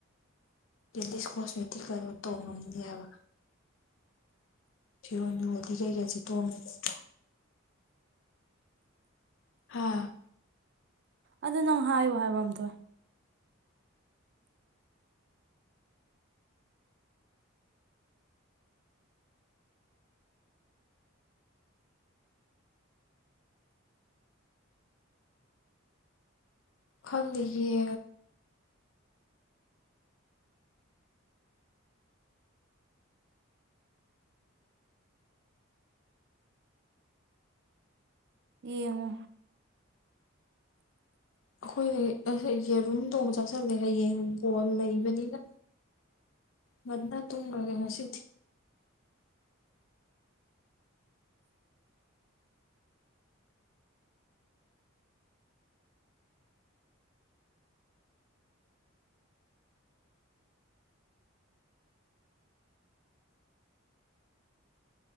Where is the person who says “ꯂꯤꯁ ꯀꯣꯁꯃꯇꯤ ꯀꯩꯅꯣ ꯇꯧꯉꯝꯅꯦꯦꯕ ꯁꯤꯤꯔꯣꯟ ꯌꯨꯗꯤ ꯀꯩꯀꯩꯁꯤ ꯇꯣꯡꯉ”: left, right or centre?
Left